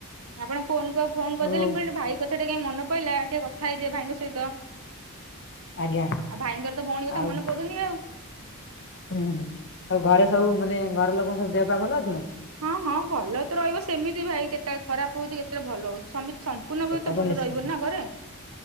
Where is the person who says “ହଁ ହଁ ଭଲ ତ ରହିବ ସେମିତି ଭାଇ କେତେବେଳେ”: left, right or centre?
Right